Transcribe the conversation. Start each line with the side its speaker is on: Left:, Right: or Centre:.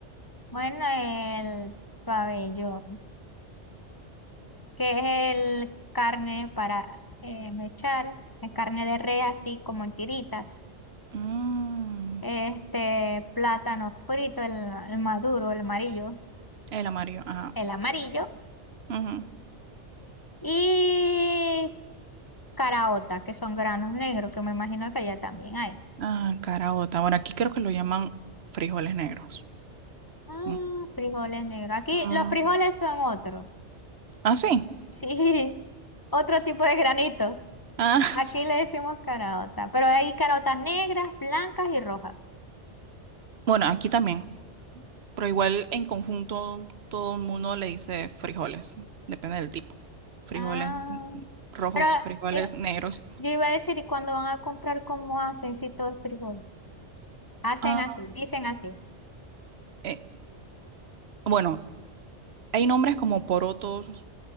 Left: Bueno, el pabellón, que es el carne para eh, mechar, es carne de res así como en tiritas.
Right: Mm,
Left: Este plátano frito, el, el maduro, el amarillo,
Right: el amarillo, ajá.
Left: el amarillo
Right: ujú.
Left: y caraota, que son granos negros, que me imagino que allá también hay.
Right: Ah, caraota. Bueno, aquí creo que lo llaman frijoles negros.
Left: Ah,
Right: Mm.
Left: frijoles negros. Aquí
Right: Mm,
Left: los frijoles son otro.
Right: Ah, sí.
Left: Sí, <laughs> otro tipo de granito.
Right: Ah,
Left: Aquí
Right: <laughs>
Left: le decimos carota, pero hay carotas negras, blancas y rojas.
Right: bueno, aquí también. Pero igual en conjunto todo el mundo le dice frijoles. Depende del tipo. Frijoles
Left: Ah,
Right: rojos,
Left: pero
Right: frijoles
Left: eh,
Right: negros.
Left: yo iba a decir, ¿y cuando van a comprar cómo hacen si todo es frijoles? Hacen
Right: Ah,
Left: así, dicen así.
Right: eh, bueno, hay nombres como porotos,